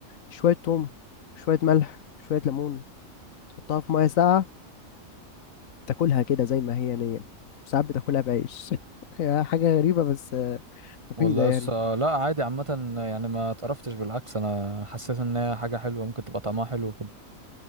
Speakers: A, on the left; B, on the right.
A: شوية توم شوية ملح شوية ليمون تحطها في مية ساقعة تاكلها كده زي ما هي نية ساعات بتاكلها بعيش <laughs> هي حاجة غريبة بس آه، مفيدة
B: والله
A: يعني
B: لسه لا عادي عامة يعني ما اتقرفتش بالعكس انا حسيت ان هي حاجة حلوة ممكن تبقى طعمها حلو كده